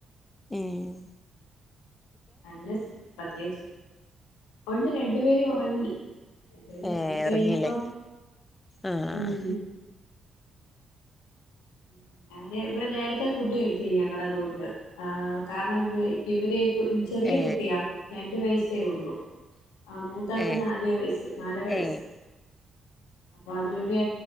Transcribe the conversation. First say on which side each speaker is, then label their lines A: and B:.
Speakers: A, on the left; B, on the left.
A: ഏഹ്
B: അങ്ങനെസ് പ്രത്യേകിച്ച് ഒണ്ട് രണ്ട് പേരും ഒറങ്ങി രണ്ട്പേരും
A: ഏ
B: ഒറങ്ങികൈഞ്ഞപ്പം
A: ഉറങ്ങില്ലേ ആഹ്
B: ഉം ഉം ഞാന് ഇവ്ടെ നേരെത്തെ ഫുഡ് കഴിക്കും ഞങ്ങള് അതുകൊണ്ട് ആഹ് കാരണംഎന്തുവേ ഇവിരേയ് ക് ഉം ചെറിയ
A: ഏ
B: കുട്ടിയാ രണ്ട് വയസ്സേഒള്ളു ആഹ് മൂത്താക്ക്
A: ഏ
B: നാല്യേ വയസ്സ് നാലെര
A: ഏ
B: വയസ്സ് അപ്പതുകൊണ്ടേ